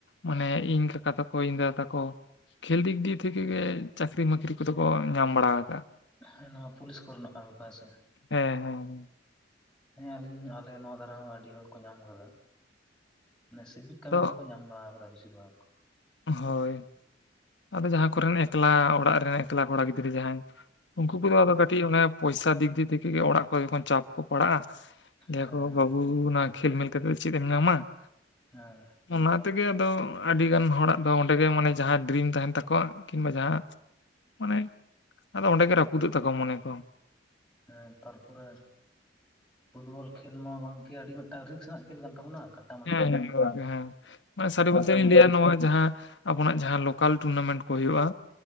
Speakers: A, on the left; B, in the centre.
A: ᱢᱟᱱᱮ ᱤᱧ ᱠᱟᱠᱟ ᱛᱟᱠᱚ ᱤᱧ ᱫᱟᱫᱟ ᱛᱟᱠᱚ ᱠᱷᱮᱞ ᱫᱤᱠ ᱫᱤᱭᱟ ᱛᱷᱮᱠᱮ ᱜᱮ ᱪᱟᱹᱠᱨᱤ ᱵᱟᱹᱠᱨᱤ ᱠᱚᱫᱚ ᱠᱚ ᱧᱟᱢ ᱵᱟᱲᱟ ᱟᱠᱟᱜᱟ᱾
B: ᱦᱮᱸ ᱱᱚᱣᱟ ᱯᱩᱞᱤᱥ ᱠᱚᱨᱮᱱᱟᱜ ᱠᱟᱹᱢᱤ ᱠᱚ ᱦᱮᱸᱥᱮ?
A: ᱦᱮᱸ ᱦᱮᱸ ᱾
B: ᱦᱮᱸ ᱟᱹᱞᱤᱧ ᱟᱞᱮ ᱱᱚᱣᱟ ᱫᱷᱟᱨᱮ ᱦᱚᱸ ᱟᱹᱰᱤ ᱦᱚᱲ ᱠᱚ ᱧᱟᱢ ᱟᱠᱟᱫᱟ ᱢᱟᱱᱮ ᱥᱤᱵᱤᱠ ᱠᱟᱹᱢᱤ
A: ᱛᱚ
B: ᱠᱚᱠᱚ ᱧᱟᱢ ᱵᱟᱲᱟ ᱟᱠᱟᱫᱟ ᱵᱤᱥᱤᱨ ᱵᱷᱟᱜ ᱾
A: ᱦᱳᱭ ᱟᱫᱚ ᱡᱟᱦᱟᱸ ᱠᱚᱨᱮᱱ ᱮᱠᱞᱟ ᱚᱲᱟᱜ ᱨᱮ ᱮᱠᱞᱟ ᱠᱚᱲᱟ ᱜᱤᱫᱽᱨᱟᱹ ᱡᱟᱦᱟᱸᱭ ᱩᱱᱠᱩ ᱠᱚᱫᱚ ᱟᱫᱚ ᱠᱟᱹᱴᱤᱡ ᱚᱱᱮ ᱯᱚᱭᱥᱟ ᱫᱤᱠ ᱫᱤᱭᱮ ᱛᱷᱮᱠᱮᱜᱮ ᱚᱲᱟᱜ ᱠᱚ ᱡᱚᱠᱷᱚᱱ ᱪᱟᱯ ᱠᱚ ᱯᱟᱲᱦᱟᱜᱼᱟ ᱞᱟᱹᱭᱟᱠᱚ
B: ᱦᱮᱸ
A: ᱵᱟᱹᱵᱩ ᱚᱱᱟ ᱠᱷᱮᱞ ᱢᱮᱞ ᱠᱟᱛᱮᱫ ᱪᱮᱫ ᱮᱢ ᱧᱟᱢᱟ ᱾
B: <unintelligible>
A: ᱚᱱᱟ ᱛᱮᱜᱮ ᱟᱫᱚ ᱟᱹᱰᱤ ᱜᱟᱱ ᱦᱚᱲᱟᱜ ᱟᱫᱚ ᱚᱸᱰᱮ ᱜᱮ ᱢᱟᱱᱮ ᱡᱟᱦᱟᱸ ᱰᱤᱨᱤᱢ ᱛᱟᱦᱮᱱ ᱛᱟᱠᱚᱣᱟ ᱠᱤᱝᱵᱟ ᱡᱟᱦᱟᱸᱭᱟᱜ ᱢᱟᱱᱮ ᱟᱫᱚ ᱚᱸᱰᱮ ᱜᱮ ᱨᱟᱹᱯᱩᱫᱚᱜ ᱛᱟᱠᱚᱣᱟ ᱢᱚᱱᱮ ᱠᱚ ᱾
B: ᱦᱮᱸ ᱛᱟᱨᱯᱚᱨᱮ ᱯᱷᱩᱴᱵᱚᱞ ᱠᱷᱮᱞ ᱢᱟ ᱜᱚᱝᱠᱮ ᱟᱹᱰᱤ ᱢᱤᱫᱴᱟᱝ ᱨᱤᱠᱥ ᱨᱮᱱᱟᱜ ᱠᱷᱮᱞ ᱠᱟᱱ ᱛᱟᱵᱚᱱᱟ ᱾
A: ᱦᱮᱸ ᱜᱚᱝᱠᱮ ᱦᱮᱸ ᱦᱮᱸ ᱥᱟᱹᱨᱤ
B: ᱦᱳᱭᱛᱳ
A: ᱠᱟᱛᱷᱟ ᱜᱤᱧ ᱞᱟᱹᱭᱟ ᱱᱚᱣᱟ ᱡᱟᱦᱟᱸ ᱟᱵᱚᱱᱟᱜ ᱡᱟᱦᱟᱸ ᱞᱳᱠᱟᱞ ᱴᱩᱨᱱᱟᱢᱮᱱᱴ ᱠᱚ ᱦᱩᱭᱩᱜᱼᱟ